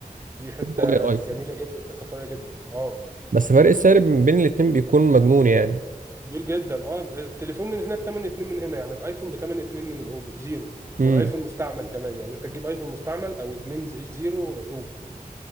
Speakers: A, on the right; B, on the right.
A: دي حته
B: اوبو يا ايفون
A: جميله جدا حته قويه جدا اه
B: بس فرق السعر من بين الاتنين بيكون مجنون يعني
A: كبير جدا اه التليفون من هنا بتمن اتنين من هنا يعني الايفون بتمن اتنين من الاوبو زيرو
B: امم
A: والايفون مستعمل كمان يعني انت تجيب ايفون مستعمل او اتنين زي- زيرو اوبو